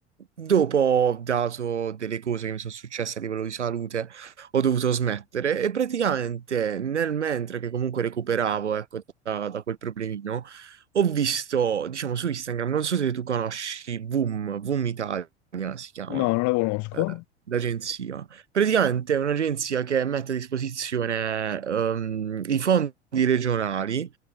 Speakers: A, on the right; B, on the left.
A: dopo ho dato delle cose che mi sono successe a livello di salute, ho dovuto smettere e praticamente nel mentre che comunque recuperavo, ecco, da, da quel problemino, ho visto, diciamo, su Instagram, non so se tu conosci Voom, Voom Italia si chiama
B: No, non la conosco.
A: eh, d'agenzia. Praticamente è un'agenzia che mette a disposizione ehm, i fondi regionali